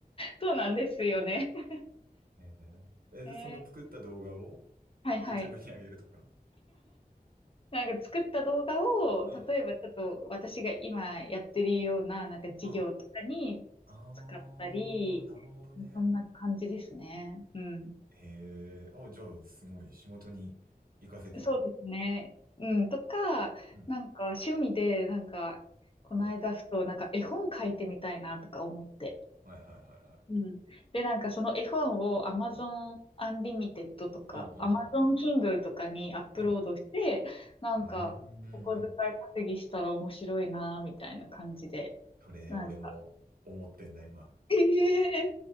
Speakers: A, on the left; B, on the right.
A: そうなんですよね。<laughs>
B: えええ、で、
A: ね
B: その作った動画を
A: はいはい。
B: YouTube に上げるとか。
A: なんか作った動画を、
B: うん。
A: 例えばちょっと私が今やってるようななんか授業とかに使ったり、
B: うん。あー、なるほどね。
A: そんな感じですね。うん。
B: へえ、あ、じゃあ、すごい、仕事に活かせてんだ。
A: そうですね。うん、とか、
B: うん。
A: なんか趣味で、なんか、この間ふと、
B: うん。
A: なんか絵本書いてみたいなとか思って。
B: はいはいはいは
A: うん。で、なんかその絵本を Amazon
B: い。うん。
A: Unlimited とか、
B: うんうん
A: Amazon Kindle とかにアップロードして、
B: うん。うん。
A: なんか、
B: うんうんうん。
A: お小遣い稼ぎしたら面白いな、みたいな感じで、
B: それ、
A: なんか、
B: 俺も思ってんだ、今。
A: ええ